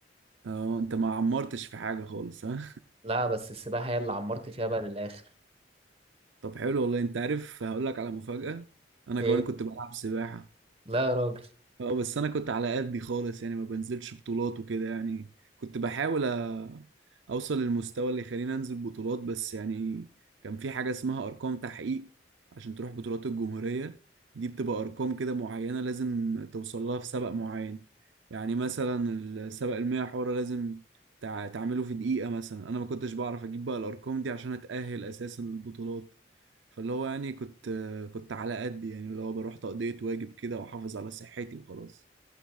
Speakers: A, on the right; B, on the right.
A: اه أنت ما عمرتش في حاجة خالص ها
B: لا بس السباحة هي اللي عمرت فيها بقى للآخر
A: <laughs> طب حلو والله أنت عارف هقول لك على مفاجأة أنا
B: إيه
A: كمان كنت بلعب سباحة
B: لا يا راجل
A: اه بس انا كنت على قدي خالص يعني ما بنزلش بطولات وكده يعني كنت بحاول أ- اوصل للمستوى اللي يخليني انزل بطولات بس يعني كان في حاجة اسمها ارقام تحقيق عشان تروح بطولات الجمهورية دي بتبقى ارقام كده معينة لازم توصل لها في سبق معين يعني مثلا السبق المية حورة لازم تع- تعمله في دقيقة مثلا انا ما كنتش بعرف اجيب بقى الارقام دي عشان اتأهل اساسا للبطولات فاللي هو يعني كنت كنت على قد يعني اللي هو بروح تقضية واجب كده واحافظ على صحتي وخلاص